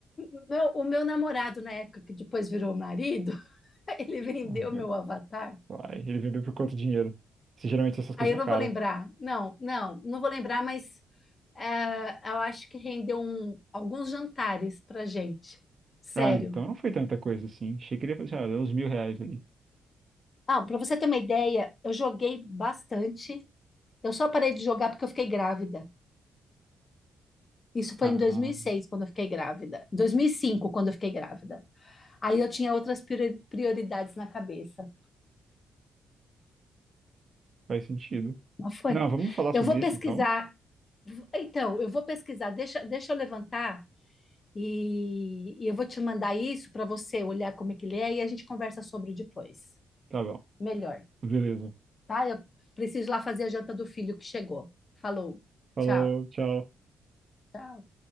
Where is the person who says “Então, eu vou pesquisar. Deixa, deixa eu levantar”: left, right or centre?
Left